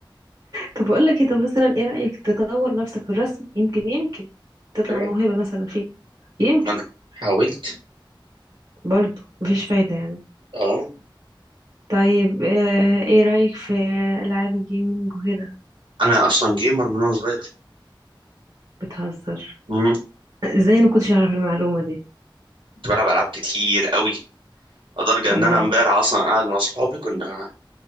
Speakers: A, on the right (about 55°); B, on the right (about 70°).
A: طب اقول لك كده مثلا ايه رأيك تطور نفسك في الرسم يمكن يمكن تطلع
B: أيوة
A: موهبة مثلا فيك يمكن
B: ما أنا حاولت
A: برضه مفيش فايدة يعني
B: أه
A: طيب آه، ايه رأيك في ألعاب الجيمنج وكده
B: أنا أصلا جيمر من وأنا صغير
A: بتهزر
B: مم.
A: ازاي انا كنتش اعرف المعلومة دي
B: كنت بلعب ألعاب كتير قوي لدرجة
A: الله
B: إن أنا إمبارح أصلا قاعد مع صحابي كنا